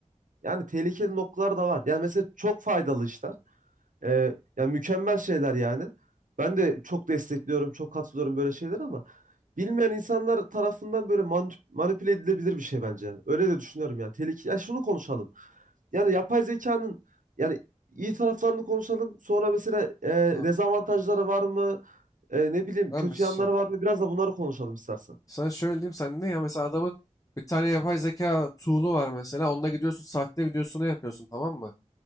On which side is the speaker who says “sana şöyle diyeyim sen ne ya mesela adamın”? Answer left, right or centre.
Left